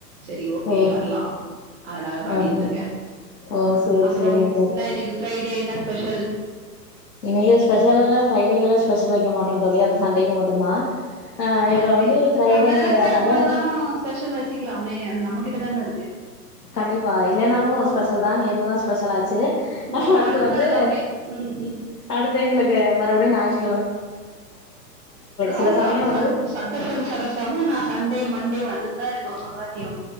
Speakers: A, on the right; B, on the left.
A: சரி ஓகே
B: ஓ
A: வரலா அதனால பண்ணிட்டுருக்கேன்
B: அப்டி ஓ சேரி
A: அப்ரோ
B: சேரிங்க தோழி
A: என்ன இன்னைக்கு ஃப்ரைடே என்ன ஸ் பெஷல்
B: இன்னைக்கு ஸ்பெஷல் எல்லாம் ஃப்ரைடே எல்லா ஸ்பெஷல் வெக்க மாட்டோ தோழி அது சண்டேக்கு மட்டுந்தா ஆ இப்ப
A: சண்டே
B: வந்து ஃப்ரைடேங்கறனால
A: நம்ம நெனச்ச எப்ப வேனாலும் ஸ்பெஷல் வச்சுக்லாமே அது நம்ம கிட்ட தான இருக்கு
B: கண்டிப்பா இல்லனாலும் ஸ்பெஷல் தான் நேத்துதான் ஸ்பெஷலாச்சு
A: நம்ம
B: அடுத்து
A: மனசுதான்
B: வந்து
A: எல்லாமே ம்,
B: அடுத்து எங்களுக் மறுபடியும் <unintelligible>
A: அத
B: சில
A: அவ்ளதா
B: சமயோ
A: சட்
B: வந்து
A: சட்டச சரசரன்னு நான் சண்டே மன் டே வந்துன்னு தா இருக்கோ ஒவ்வொரு வாட் டியு